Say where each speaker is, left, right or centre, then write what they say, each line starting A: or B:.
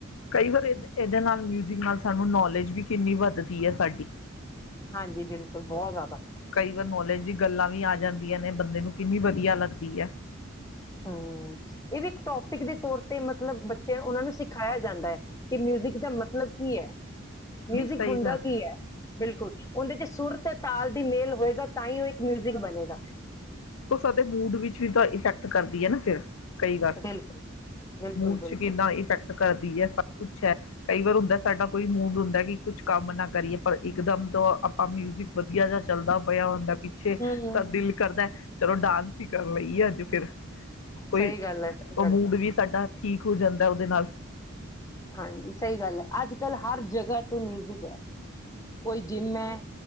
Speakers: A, on the left; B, on the left.
A: ਕਈ ਵਾਰ ਏ, ਏਦੇ ਨਾਲ ਮਿਉਜਿਕ ਨਾਲ ਸਾਨੂੰ ਨੌਲੇਜ ਵੀ ਕਿੰਨੀ ਵੱਧਦੀ ਏ ਸਾਡੀ।
B: ਹਾਂਜੀ ਬਿਲਕੁਲ ਬਹੁਤ ਜ਼ਿਆਦਾ
A: ਕਈ ਵਾਰ ਨੌਲੇਜ ਦੀ ਗੱਲਾਂ ਵੀ ਆ ਜਾ ਜਾਂਦੀਆਂ ਨੇ ਬੰਦੇ ਨੂੰ ਕਿੰਨੀ ਵਧੀਆ ਲੱਗਦੀ ਐ।
B: ਹੂੰ, ਏ ਵੀ ਇੱਕ ਟੋਪਿਕ ਦੇ ਤੌਰ ਤੇ ਮਤਲ ਮਤਲਬ ਬੱਚੇ ਓਨਾਂ ਨੂੰ ਸਿਖਾਇਆ ਜਾਂਦਾ ਏ ਕਿ ਮਿਉਜ਼ਿਕ ਦਾ ਮਤਲਬ ਕੀ ਐ? ਮਿਊਜ਼ਿਕ
A: ਨਹੀਂ ਸਹੀ
B: ਹੁੰਦਾ
A: ਗੱਲ
B: ਕੀ ਹੈ? ਬਿਲਕੁਲ। ਓਂਦੇ ਚ ਸੁਰ ਤੇ ਤਾਲ ਦੀ ਮੇਲ ਹੋਏਗਾ ਤਾਂ ਹੀ ਓ ਇੱਕ ਮਿਊਜ਼ਿਕ ਬਣੇਗਾ।
A: ਓ ਸਾਦੇ ਮੂਡ ਵਿੱਚ ਵੀ ਤਾਂ ਇਫੈਕਟ ਕਰਦੀ ਏ ਨਾ ਫੇਰ ਕਈ ਵਾਰ,
B: ਬਿਲਕੁਲ, ਬਿਲਕੁਲ,
A: ਮੂਡ
B: ਬਿਲਕੁਲ।
A: ਚ ਕਿੰਨਾ ਇਫੈਕਟ ਕਰਦੀ ਐ, ਸਭ ਕੁਛ ਐ ਕਈ ਵਾਰ ਹੁੰਦਾ ਸਾਡਾ ਕੋਈ ਮੂਡ ਹੁੰਦਾ ਕਿ ਕੁਛ ਕੰਮ ਨਾ ਕਰੀਏ ਪਰ ਇਕਦਮ ਤੋਂ ਆਪਾਂ ਮਿਓਜਿਕ ਵਧੀਆ ਜਿਹਾ ਚੱਲਦਾ ਪਿਆ ਹੁੰਦਾ ਪਿੱਛੇ,
B: ਹੂੰ।
A: ਤਾਂ ਦਿਲ ਕਰਦਾ ਡਾਂਸ ਹੀ ਕਰਨ ਲਈਯੇ ਅੱਜ ਫੇਰ। ਕੋਈ
B: ਸਹੀ ਗੱਲ ਐ, ਸਹੀ
A: ਓ
B: ਗੱਲ
A: ਮੂਡ
B: ਐ।
A: ਵੀ ਸਾਡਾ ਠੀਕ ਹੋ ਜਾਂਦਾ ਉਦੇ ਨਾਲ।
B: ਹਾਂਜੀ, ਸਹੀ ਗੱਲ ਹੈ, ਅੱਜ-ਕੱਲ ਹਰ ਜਗ੍ਹਾ ਤੋ ਮਿਉਜਿਕ ਐ। ਕੋਈ ਜਿੰਮ ਐ